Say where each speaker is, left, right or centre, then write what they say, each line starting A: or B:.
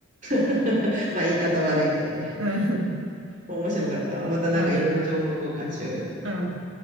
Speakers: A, on the right; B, on the right.
A: <laughs> まあ言い方悪いけどね。
B: うん。
A: 面白かったわ。またなんかいろいろ情報交換しようよ。
B: うん。うん。